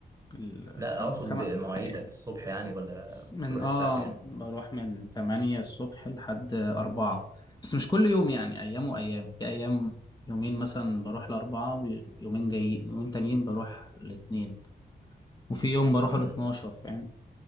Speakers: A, on the left; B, on the right.
A: الخم...
B: لا اقصد
A: خم...
B: بمواعيدك
A: يعني
B: الصبح يعني ولا
A: س- من
B: بتروح
A: اه
B: الساعه كام
A: بروح من 8 الصبح لحد 4 بس مش كل يوم يعني ايام وايام في ايام يومين مثلا بروح لأربعة ويومين جاي يومين تانيين بروح الاثنين وفي يوم بروح
B: مم.
A: ال 12 فاهم